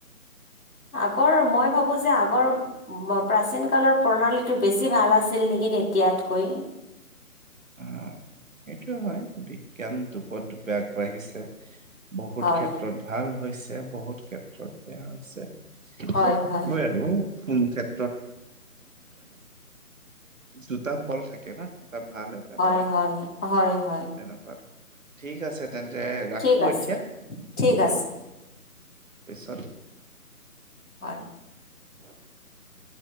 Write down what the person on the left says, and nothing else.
আগৰ মই ভাবো যে আগৰ প্ৰাচীন কালৰ প্ৰণালীটো বেছি ভাল আছিল নেকি এতিয়াতকৈ
হয়
হয়
হয়
হয়
হয় হয় হয়
ঠিক আছে
ঠিক আছে
হয়।